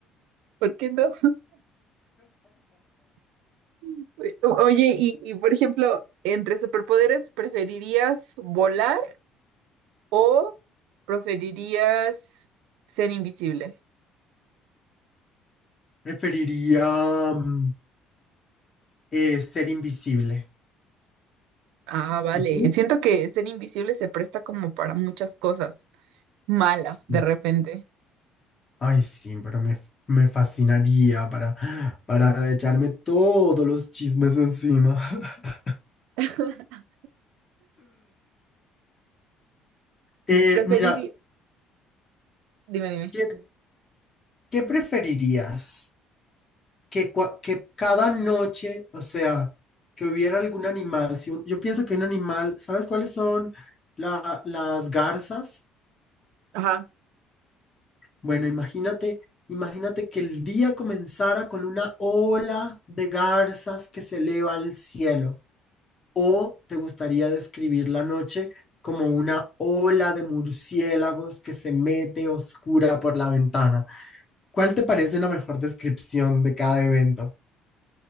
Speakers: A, on the right; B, on the left.
A: ¿Por qué no? <laughs> Oye, y, y por ejemplo, entre superpoderes, ¿preferirías volar o preferirías ser invisible?
B: Preferiría mm, eh, ser invisible.
A: Ah, vale.
B: ¿Y tú?
A: Siento que ser invisible se presta como para muchas cosas malas
B: Sí.
A: de repente.
B: Ay, sí, pero me, me fascinaría para, para echarme todos los chismes encima. <laughs>
A: <laughs>
B: Eh,
A: Preferiría...
B: mira,
A: Dime, dime.
B: ¿qué, qué preferirías? Que, cua- que cada noche, o sea, que hubiera algún animal. Si un- yo pienso que un animal, ¿sabes cuáles son la- las garzas?
A: Ajá.
B: Bueno, imagínate, imagínate que el día comenzara con una ola de garzas que se eleva al cielo. ¿O te gustaría describir la noche como una ola de murciélagos que se mete oscura por la ventana? ¿Cuál te parece una mejor descripción de cada evento?